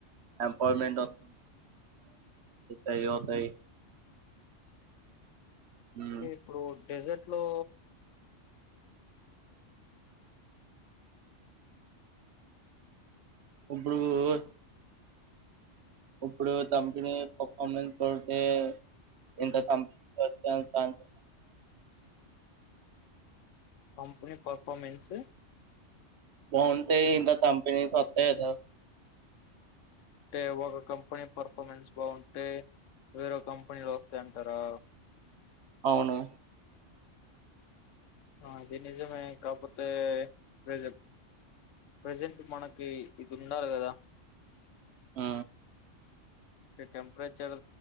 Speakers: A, on the right (about 65°); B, on the left (about 85°).
A: ఎంపాయిమెంట్ <unintelligible> అవుతాయి హ్మ్.
B: ఇప్పుడు డెజర్ట్ లో
A: ఉప్పుడు ఒ ఇప్పుడు కంపినీ పర్ఫార్మెన్స్ తోటే ఇంత సం తడితే ఇంత కంపి
B: కంపనీ పఫర్మన్స్
A: ఫోన్ పే ఇంత కంపెనీ స్వత్తయి కద
B: అంటే ఒక కంపెనీ పర్ఫార్మెన్స్ బాగుంటే వేరే కంపెనీలు వస్తాయి అంటారా
A: అవును
B: ఆ అది నిజమే నిజమే కాపోతే ప్రజల్ ప్రజెంట్ మనకి ఇది ఉండాలి కదా
A: ఆ
B: టెంపరేచర్